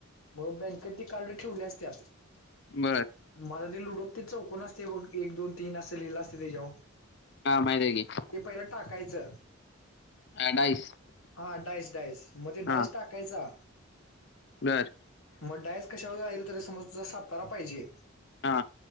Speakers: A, on the left (about 85°); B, on the left (about 50°).
A: मग बँकेत ते कार्ड ठेवलेली असत्यात.
B: बरं.
A: मला ते लुडो ते चौकण असते बघ एक, दोन, तीन असं लिहिलं असतंय तेच्यावर
B: हा माहित आहे की,
A: ते पहिलं टाकायचं.
B: अ, डाईस
A: हा डाईस डाईस मग ते डाईस
B: हा
A: टाका कायचा.
B: बर.
A: मग डाईस कशावर जाईल. तरी समज तुला सातारा पाहिजे.
B: हा.